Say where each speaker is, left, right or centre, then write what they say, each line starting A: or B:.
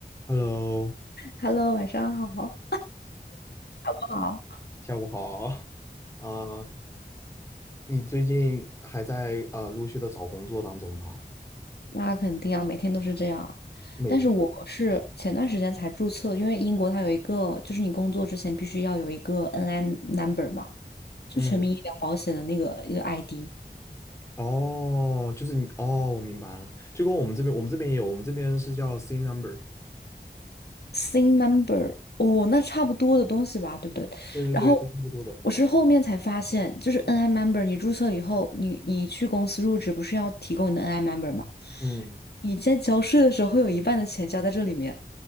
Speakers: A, on the left; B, on the left.
A: Hello，Hello，
B: Hello，晚上好。不好，
A: 下午好。啊、你最近还在啊、呃陆续的找工作当中吗？
B: 那肯定啊，每天都是这样。
A: 每天的。
B: 但是我是前段时间才注册，因为英国它有一个，就是你工作之前必须要有一个 NI number 嘛，就全民医疗保险的那个一个
A: 嗯，
B: ID。
A: 哦，就是你，哦，我明白了，就跟我们这边，我们这边也有，我们这边是叫 C number。
B: SIN number，哦，那差不多的东西吧，对不对？
A: 对对对，
B: 然后
A: 是差不多的。
B: 我是后面才发现，就是 NI member，你注册以后，你你去公司入职不是要提供你的 NI member 吗？
A: 嗯，
B: 你在交税的时候会有一半的钱交在这里面，